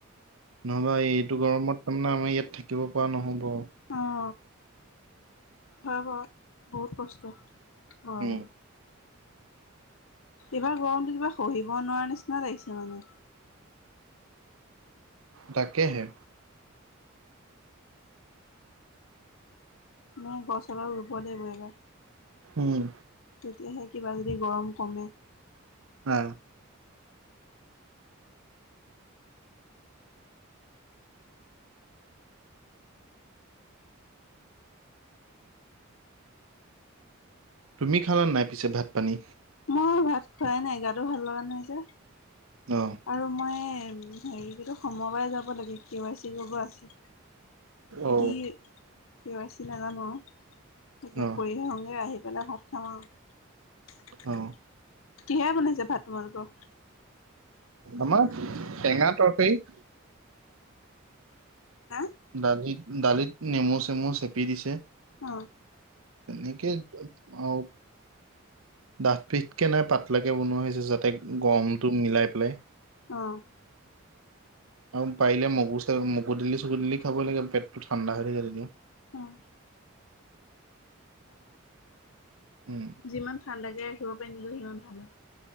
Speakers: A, on the right; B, on the left.
A: নহয় এইটো গৰমত তাৰমানে আমাৰ ইয়াত থাকিব পৰা নহব।
B: আঁহ হয় বাৰু বহুত কষ্ট অঁ
A: উম,
B: এইবাৰ গৰমটো কিবা সহিব নোৱাৰা নিচিনাই ত আহিছে মানে
A: তাকে হে
B: নাই গছ এডাল ৰুব লাগিব এইবাৰ।
A: উম
B: তেতিয়াহে কিবা যদি গৰম কমে।
A: হঁ তুমি খালা নাই পিছে ভাত পানী?
B: মই ভাত খোৱাই নাই গাটো ভাল লগা নাই যে।
A: অ,
B: আৰু মই হেৰি সোমবাৰে যাব লাগে কে ৱাই চি কৰিব আছে।
A: অ,
B: কি কেৱাই চি নাজানো তাকে
A: অ,
B: কৰি আহুংগে আহি পেল ভাত খাম আৰু
A: অ,
B: কিহে বনাইছে ভাত তোমালোক
A: আমাৰ টেঙা তৰকাৰী
B: হা
A: দালিত দালিত নেমু চেমু চেপি দিছে।
B: অঁ
A: তেনেকে আহঁ দাঠ পিঠকে নাই পাতলাকে বনোৱা হৈছে যাতে গমটো মিলাই পেলাই।
B: আহ্
A: আৰু পাৰিলে মগু চ মগু দালি চগো দালি খাব লাগে পেটটো ঠাণ্ডা হৈ থাকে তেতিয়া।
B: হয়
A: উম,
B: যিমান ঠাণ্ডাকে ৰাখিব পাৰি নিকি সিমান ভাল।